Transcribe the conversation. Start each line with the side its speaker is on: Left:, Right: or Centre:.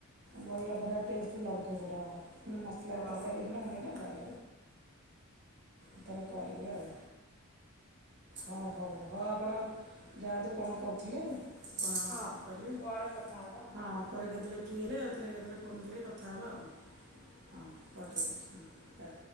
Right: ଭଲ ବଢିଆ ଟେଷ୍ଟ ବି ଲାଗୁଥିବ ସେଇଟା ମାନେ ମସଲାରେ
Left: ହଁ
Right: କଷା ହେଇଯଛି ମୁଣ୍ଡ ଟା ବଢ଼ି ଏଥର କରିବି ଆଉ। ହଉ ହଉ ହଉ ଆପଣ ଯାଆନ୍ତୁ କଣ କରୁଥିଲେ। କ'ଣ
Left: ହଁ
Right: କରିବେ
Left: ପରେ କଥା ହବା ଆଉ।
Right: ହଁ ପରେ କେତେବେଳେ ଫ୍ରି ହେଲେ ଆଉଥରେ ତାହେଲେ ଫୋନ୍ କରିବେ କଥା ହବା ଆଉ ହଁ ହଉ ଠିକ୍ ଅଛି। ବାଏ।